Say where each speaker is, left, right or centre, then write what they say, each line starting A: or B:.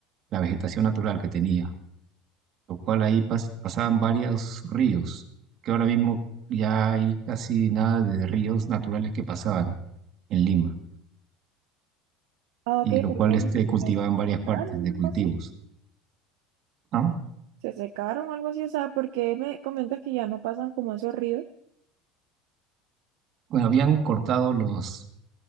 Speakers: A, on the right; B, on the right.
A: la vegetación natural que tenía, lo cual ahí pas- pasaban varios ríos, que ahora mismo ya hay casi nada de ríos naturales que pasaban en Lima,
B: Ah, ok,
A: y lo
B: porque
A: cual este, cultivaban
B: se
A: varias
B: secaron,
A: partes de
B: algo
A: cultivos.
B: así.
A: Ah,
B: Se secaron, algo así, o sea, porque me comentas que ya no pasan como esos ríos.
A: Bueno, habían cortado los,